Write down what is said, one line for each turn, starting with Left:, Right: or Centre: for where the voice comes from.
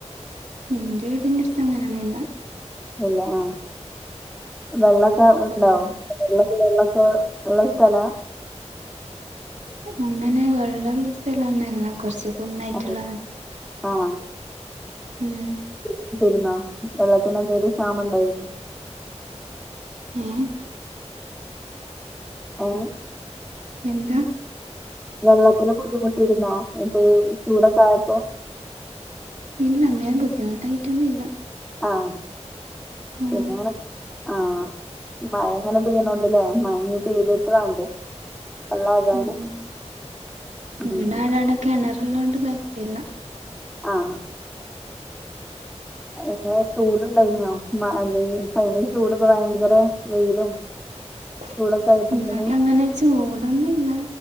Right: ഇന്റെ വീടിന്റെറട്ത്ത് അങ്ങനെയൊന്നുല്ല-
Centre: ഇല്ല ആഹ് വെള്ളൊക്കെ
Right: ഉം
Centre: ണ്ടോ?
Right: പോവാൻ
Centre: ങ്ങക്ക് വെള്ളൊക്കെള്ള സ്ഥലാ-
Right: അങ്ങനെ വെള്ളള്ള സ്ഥലംഒന്നുല്ല കുറച്ച്- കുന്നായിട്ടുള്ള
Centre: അതെ ആഹ്
Right: ഉം.
Centre: <unintelligible> വെള്ളത്തിനെന്തെലും ക്ഷാമണ്ടായിനോ?
Right: ഏഹ്-
Centre: ആഹ്-
Right: എന്താ?
Centre: വെള്ളത്തിലന് ബുദ്ധിമുട്ടിരുന്നോ ഇപ്പൊ ചൂടൊക്കെ ആയപ്പോ?
Right: ഇല്ല അങ്ങനെ ബുദ്ധിമുട്ടായിട്ടൊന്നുല്ല.
Centre: ആഹ്
Right: ഉം
Centre: പിന്ന ആഹ് മഴങ്ങനെ പെയണണ്ട്ല്ലേ മഴ പെയ്തിട്ട് വാണ്ടേ <unintelligible>
Right: ഉം
Centre: ഉം.
Right: ഇവിടെ ആടാടെ കിണറുള്ളോണ്ട് കൊയപ്പില്ല
Centre: ആഹ്- എങ്ങനെ ചൂടുണ്ടായ്നോ <unintelligible> ചൂടിപ്പോ ഭയങ്കര വെയിലും-
Right: <inaudible>
Centre: ചൂടൊക്കെ ആയിട്ട്
Right: ഇന്ന്ട്ടങ്ങനെ
Centre: ഇങ്ങനെ
Right: ചൂടൊന്നൂല്ല